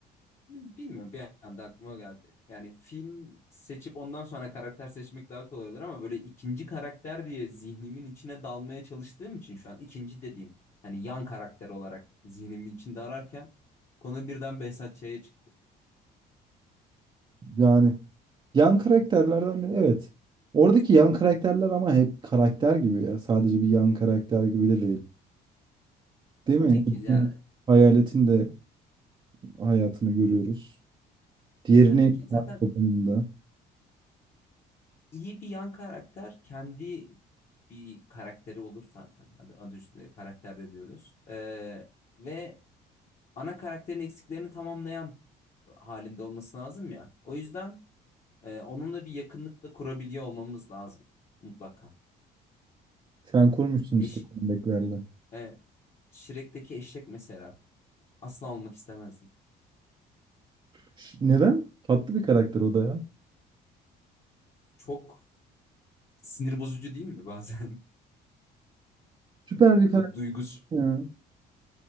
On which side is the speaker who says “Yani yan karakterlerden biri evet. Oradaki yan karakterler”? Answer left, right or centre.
Right